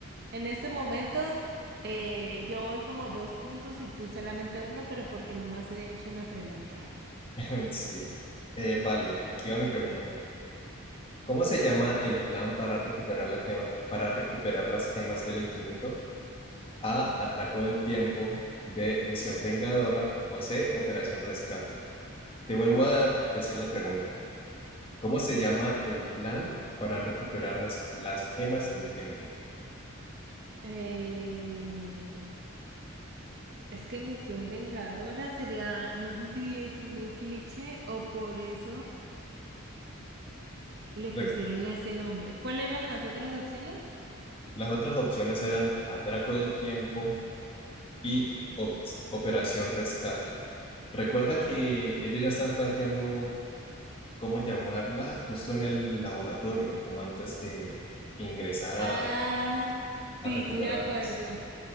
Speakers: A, on the right (about 50°); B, on the left (about 25°).
A: En este momento eh, yo voy como dos puntos y tú solamente uno, pero porque nomás he hecho una pregunta.
B: <laughs> Sí. Eh, vale, aquí va mi pregunta. ¿Cómo se llama el plan para recuperar las gemas, para recuperar las gemas del infinito? A. Atraco del tiempo. B. Misión Vengadora. O C. Operación Rescate. Te vuelvo a decir la pregunta. ¿Cómo se llama el plan para recuperar las, las gemas del tiempo?
A: Eh, es que Misión Vengadora sería, no sé si si muy cliché o por eso le pusieron
B: Re-
A: ese nombre. ¿Cuáles eran las otras opciones?
B: las otras opciones eran Atraco del tiempo y Ops- Operación Rescate. Recuerda
A: No.
B: que ellos ya están planteando cómo llamarla justo en el laboratorio, como antes de ingresar
A: Ah,
B: a, a
A: sí,
B: recuperarlas.
A: sí me acuerdo.